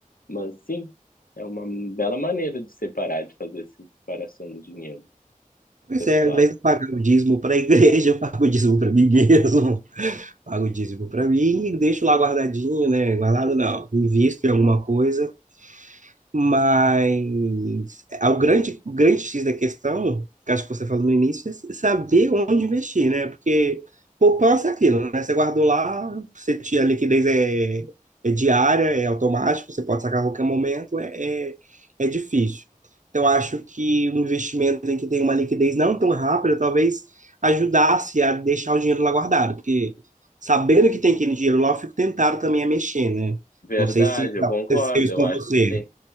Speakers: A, on the left; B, on the right.
A: Mas sim, é uma bela maneira de separar, de fazer essa separação do dinheiro
B: Pois
A: pessoal.
B: é, ao invés de eu pagar o dízimo para a <laughs> igreja, eu pago o dízimo para mim mesmo. <laughs> Pago o dízimo para mim e deixo lá guardadinho, né? Guardado não. Invisto em alguma coisa Mas a- o grande, o grande X da questão, que acho que você falou no início, é saber onde investir, né? Porque poupança é aquilo, né? Você guardou lá, você tinha a liquidez é, é diária, é automático, você pode sacar a qualquer momento, é, é, é difícil. Então, acho que um investimento em que tem uma liquidez não tão rápida, talvez ajudasse a deixar o dinheiro lá guardado, porque sabendo que tem aquele dinheiro lá, eu fico tentado também a mexer, né?
A: Verdade,
B: Não sei se
A: eu
B: aconteceu
A: concordo.
B: isso
A: Eu
B: com
A: acho
B: você.
A: que tem.